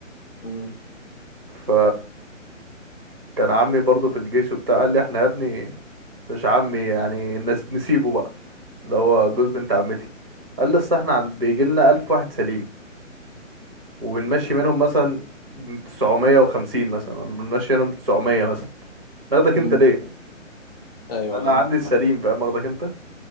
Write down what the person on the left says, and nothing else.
امم
امم
امم
ايوه
ايوه